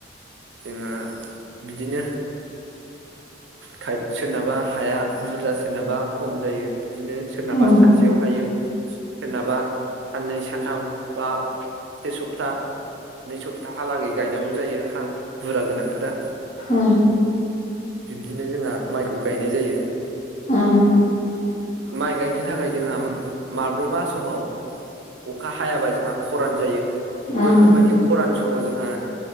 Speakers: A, on the right; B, on the left.
A: जोंङो बिदिनो खाय सोरनाबा हाया बुरजा सोरनाबा खम जायो। बिदिनो सोरनाबा
B: उम
A: सानसेयाव हायो। सोरनाबा साननै सानथाम बा सेसप्ता नै सप्ताहालागै गायनांगौ जायो हा बुरजा गोनांफोरा।
B: उम
A: बिब्दिनो जोंहा माइखौ गायनाय जायो
B: उम
A: माइ गायनो थाखाय जोंहा माब्लाबा समाव अखा हायाबा जोंहा खरान जायो।
B: उम
A: बैफोरबायदि खरान समाव जोंहा